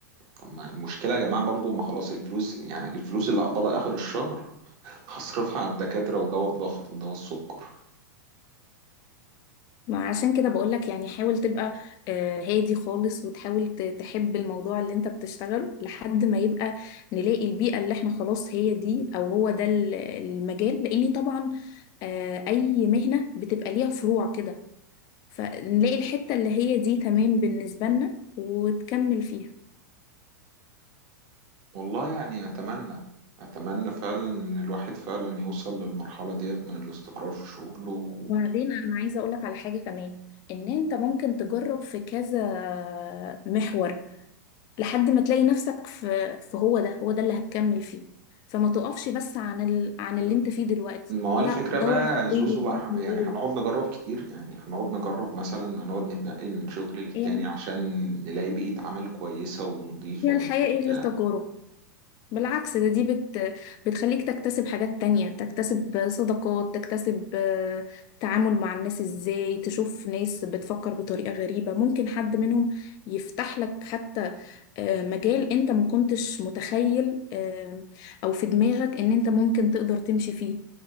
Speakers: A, on the right; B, on the left.
A: طب ما المشكلة يا جماعة برضو ما خلاص الفلوس يعني الفلوس اللي هقبضها آخر الشهر هصرفها على الدكاترة ودواء الضغط ودواء السكر
B: ما عشان كده بقولك يعني حاول تبقى آه، هادي خالص وتحاول ت- تحب الموضوع اللي انت بتشتغله لحد ما يبقى نلاقي البيئة اللي احنا خلاص هي دي او هو ده ال- المجال لاني طبعا آه، اي مهنة بتبقى ليها فروع كده فنلاقي الحتة اللي هي دي تمام بالنسبة لنا وتكمل فيها
A: والله يعني أتمنى أتمنى فعلا إن الواحد فعلا يوصل للمرحلة ديت من الاستقرار في شغله
B: وبعدين انا عايزة اقولك على حاجة كمان ان انت ممكن تجرب في كذا محور لحد ما تلاقي نفسك في في هو ده هو ده اللي هتكمل فيه فما تقفش بس عن ال... عن
A: مم.
B: اللي انت فيه دلوقتي
A: ما هو
B: لا
A: الفكرة
B: دور
A: بقى
B: في
A: زوزو
B: غيره
A: بقى
B: دور في
A: يعني
B: غيره
A: هنقعد نجرب كتير يعني هنقعد نجرب مثلا هنقعد نتنقل من شغل للتاني
B: يعني
A: عشان نلاقي بيئة عمل كويسة ونظيفة
B: هي
A: ومفيش
B: الحياة ايه غير
A: بتاع
B: تجارب بالعكس ده دي بت بتخليك تكتسب حاجات تانية تكتسب صداقات تكتسب آه، تعامل مع الناس ازاي تشوف ناس بتفكر بطريقة غريبة ممكن حد منهم يفتح لك حتى آه، مجال انت ما كنتش متخيل آه، او في دماغك ان انت ممكن تقدر تمشي فيه